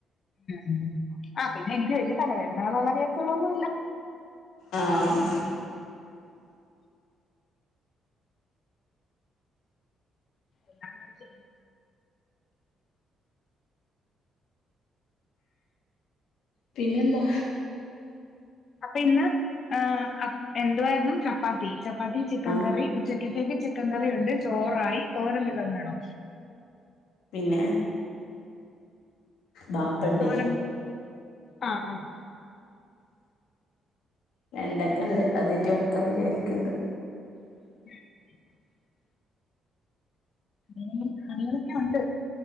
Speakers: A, on the left (about 55°); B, on the left (about 85°).
A: ഉം ആഹ് പിന്നെ എന്ത് വെല്യ തലവേദനകളുള്ള കേസുകള്ളൊന്നുല്ല
B: ആഹ്
A: എല്ലാം ഇങ്ങണ്ട് ചെയ്യും
B: പിന്നെന്താ
A: അപ്പൊ ഇന്ന് ആഹ് അപ് എന്തുവായിരുന്നു ചപ്പാത്തി ചപ്പാത്തി ചിക്കൻ
B: ആ
A: കറി ഉ ഉച്ചക്കത്തേക്ക് ചിക്കൻ കറി ഉണ്ട് ചോറായി തോരൻ വെല്ലതും വേണോ
B: പിന്നെ ബാപ്പണ്ടേ
A: തോരൻ ആ ആ <inaudible>
B: വെണ്ടക്കണ്ട് അതേറ്റ് വെക്കാ വിചാരിക്ക്ണ്ട്
A: <unintelligible> ഇനിയും പണികളൊക്കെ ഉണ്ട്